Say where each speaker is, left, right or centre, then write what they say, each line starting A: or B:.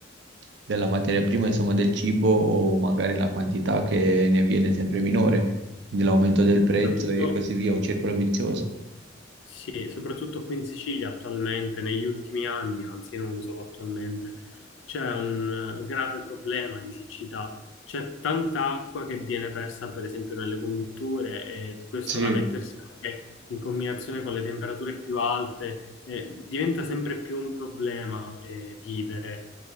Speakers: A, on the right (about 65°); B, on the left (about 75°).
A: della materia prima, insomma del cibo, o magari la quantità che ne viene sempre minore, quindi l'aumento del prezzo
B: soprattutto
A: e così via, un circolo vizioso.
B: Sì, soprattutto qui in Sicilia attualmente, negli ultimi anni, anzi non solo attualmente, c'è un eh, grave problema di siccità. C'è tanta acqua che viene persa, per esempio, nelle condutture e questo
A: Sì,
B: da mettersi anche in combinazione con le temperature più alte, eh, diventa sempre più un problema, eh, vivere